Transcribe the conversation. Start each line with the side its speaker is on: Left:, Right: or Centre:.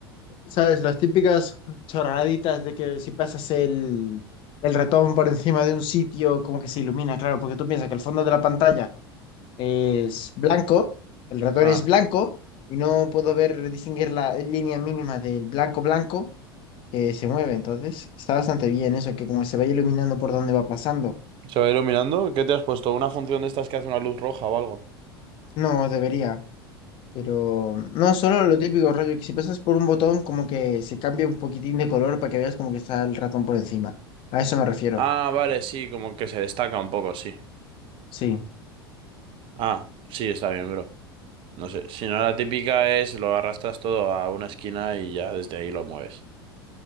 Left: ¿sabes? Las típicas chorraditas de que si pasas el, el ratón por encima de un sitio, como que se ilumina, claro, porque tú piensas que el fondo de la pantalla es blanco, el ratón
Right: Ah,
Left: es blanco y no puedo ver distinguir la línea mínima del blanco blanco que se mueve. Entonces, está bastante bien eso, que como se va iluminando por donde va pasando.
Right: ¿se va iluminando? ¿Qué te has puesto? ¿Una función de estas que hace una luz roja o algo?
Left: No debería, pero no solo lo típico rollo, que si pasas por un botón como que se cambia un poquitín de color para que veas como que está el ratón por encima. A eso me refiero.
Right: Ah, vale, sí, como que se destaca un poco, sí.
Left: Sí,
Right: Ah, sí, está bien, bro. No sé, si no la típica es lo arrastras todo a una esquina y ya desde ahí lo mueves.